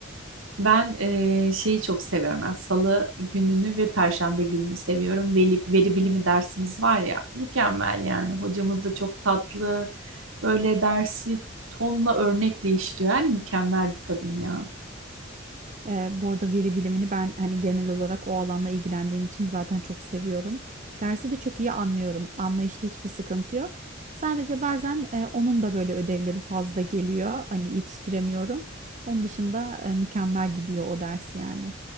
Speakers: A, on the right (about 85°); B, on the right (about 40°).
A: Ben e, şeyi çok seviyorum. Yani salı gününü ve perşembe gününü seviyorum. Veri, veri bilimi dersimiz var ya mükemmel yani. Hocamız da çok tatlı. Böyle dersi tonla örnekle işliyor. Yani mükemmel bir kadın ya.
B: Ee, bu arada veri bilimini ben hani genel olarak o alanla ilgilendiğim için zaten çok seviyorum. Dersi de çok iyi anlıyorum. Anlayışta hiçbir sıkıntı yok. Sadece bazen e, onun da böyle ödevleri fazla geliyor. Hani yetiştiremiyorum. Onun dışında e, mükemmel gidiyor o ders yani.